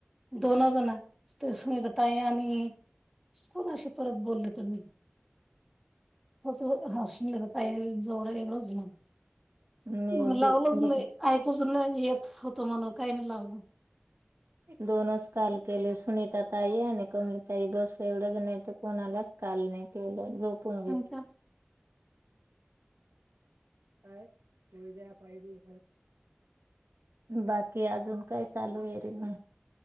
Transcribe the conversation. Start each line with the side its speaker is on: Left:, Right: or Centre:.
Centre: दोन जण ते सुनीता ताई आणि कोण अशी परत बोलले तर मी हो त हसून घ पा जवळ एढंच ना
Right: मी बी-
Centre: लावलच
Right: मी
Centre: नाही ऐकूच नाही येत होतो म्हणून काही नाही लावलं
Right: दोनच काल केले सुनीता ताई आणि कमलतााई बस एवढंच नाही ते कोणालाच काल नाही केलं झोपून घेत
Centre: आणि का
Right: काद्या पाहि बाकी अजून काय चालू आहे रे ना